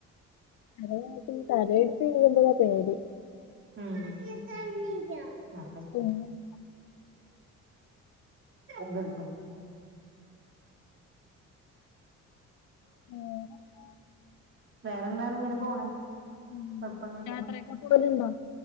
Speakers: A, on the left; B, on the right.
A: തല അടിച്ച് വീഴ്മ്പഴാ പേടി
B: ഉം ഇതെടുത്തോ
A: പിന്നെ വേറെ
B: ഇതെടുത്തോ
A: വേറെന്താ?
B: വേറെന്താണ് ഇങ്ങനെ പോണ്
A: ഉം
B: കൊഴപ്പൊന്നുല്ല
A: യാത്രയൊക്കെ പോവല്ണ്ടോ